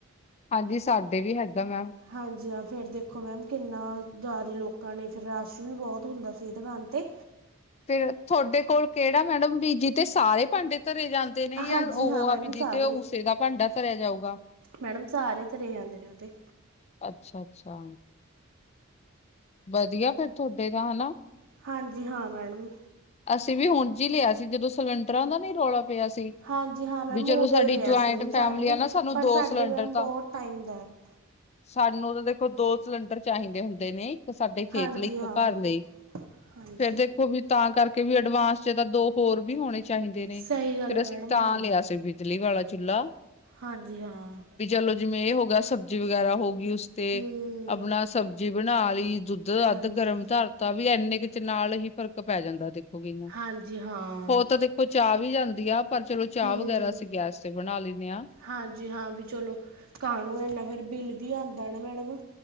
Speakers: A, on the left; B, on the right.
A: ਹਾਂਜੀ ਸਾਡੇ ਵੀ ਹੈਗਾ ਮੈਮ।
B: ਹਾਂਜੀ ਹਾਂ, ਫੇਰ ਦੇਖੋ ਮੈਮ ਕਿੰਨਾ ਜ਼ਿਆਦਾ ਲੋਕਾਂ ਨੇ, ਫੇਰ ਰਸ਼ ਵੀ ਬਹੁਤ ਹੁੰਦਾ ਦੁਕਾਨਾਂ ਤੇ।
A: ਫੇਰ ਤੁਹਾਡੇ ਕੋਲ ਕਿਹੜਾ ਮੈਡਮ, ਬੀ ਜੀਦੇ ਤੇ ਸਾਰੇ ਭਾਂਡੇ ਧਰੇ ਜਾਂਣ। ਤੇ ਨਹੀਂ
B: ਹਾਂਜੀ
A: ਯਾਰ ਉਹ
B: ਹਾਂ ਮੈਡਮ
A: ਆ ਵੀ
B: ਸਾਰੇ
A: ਜੀ ਤੇ ਉਸ਼ੇ ਦਾ ਭਾਂਡਾ ਧਰਿਆ ਜਾਊਗਾ।
B: ਮੈਡਮ ਸਾਰੇ ਤੇਰੇ ਜਾਂਦੇ ਨੇ ਔਹ ਤੇ।
A: ਅੱਛਾ, ਅੱਛਾ। ਵਧੀਆ ਫੇਰ ਤੁਹਾਡੇ ਦਾ ਹਨਾ।
B: ਹਾਂਜੀ, ਹਾਂ ਮੈਡਮ।
A: ਅਸੀਂ ਵੀ ਹੁਣ ਜੀ ਲਿਆ ਸੀ, ਜਦੋਂ ਸਿਲੰਡਰਾਂ ਦਾ ਨ ਰੌਲਾ ਪਿਆ ਸੀ
B: ਹਾਂਜੀ ਹਾਂ ਮੈਮ
A: ਵੀ ਚਲੋ
B: ਔਦੋ
A: ਸਾਡੀ
B: ਹੀ ਲਿਆ
A: ਜੁਆਇੰਟ
B: ਸੀ ਹੁਣ
A: ਫੈਮਿਲੀ
B: ਸਾਰਿਆਂ ਨੇ,
A: ਆ ਨਾ ਸਾਨੂੰ
B: ਪਰ
A: ਦੋ
B: ਸਾਡੇ
A: ਸਿਲੰਡਰ
B: ਮੈਮ
A: ਤਾਂ
B: ਬਹੁਤ ਟਾਈਮ ਦਾ ਐ। <inaudible>
A: ਸਾਨੂੰ ਤਾਂ ਦੇਖੋ ਦੋ ਸਿਲੰਡਰ ਚਾਹੀਦੇ ਹੁੰਦੇ ਨੇ ਸਾਡੇ ਖੇਤ
B: ਹਾਂਜੀ
A: ਲਈ ਇੱਕ
B: ਹਾਂ
A: ਘਰ ਲਈ,
B: ਹਾਂਜੀ
A: ਫਿਰ ਦੇਖੋ ਵੀ ਤਾਂ ਕਰਕੇ ਕਿ ਵੀ ਅਡਵਾਂਸ 'ਚ ਦੋ ਹੋਰ ਵੀ ਹੋਣੇ ਚਾਹੀਦੇ ਨੇ,
B: ਸਹੀ ਗੱਲ
A: ਫੇਰ
B: ਹੈ
A: ਅਸੀਂ
B: ਮੈਡਮ
A: ਤਾਂ
B: ਹਾਂਜੀ
A: ਲਿਆ ਸੀ ਵੀ ਦਿੱਲੀ ਵਾਲਾ ਚੁੱਲ੍ਹਾ
B: ਹਾਂਜੀ ਹਾਂ
A: ਵੀ ਚਲੋ ਜਿਵੇਂ ਇਹ ਹੋ ਗਿਆ, ਸਬਜ਼ੀ ਵਗੈਰਾ ਹੋ ਗਈ ਉਸ ਤੇ
B: ਹੂੰ
A: ਆਪਣਾ ਸਬਜ਼ੀ ਬਣਾ ਲਈ, ਦੁੱਧ ਦਾ
B: ਹਾਂਜੀ
A: ਅੱਧ ਗਰਮ ਧਰ ਤਾਂ ਵੀ ਇੰਨੇ ਕ ਨਾਲ ਹੀ ਫ਼ਰਕ ਪੈ ਜਾਂਦਾ ਦੇਖੋਗੇ,
B: ਹਾਂਜੀ ਹਾਂ
A: ਹੋਰ ਤਾਂ ਦੇਖੋ ਉਹ ਚਾਹ ਵੀ ਜਾਂਦੀ ਆ, ਪਰ ਚਲੋ ਚਾਹ
B: ਹੂੰ
A: ਵਗੈਰਾ ਅਸੀਂ ਗੈਸ ਤੇ ਬਣਾ ਲੈਂਦੇ ਆਂ
B: ਹਾਂਜੀ ਹਾਂ ਵੀ ਚਲੋ ਕਾਹਨੂੰ ਇਨਾ ਫੇਰ ਬਿੱਲ ਵੀ ਆਂਦਾ ਨਾ ਮੈਡਮ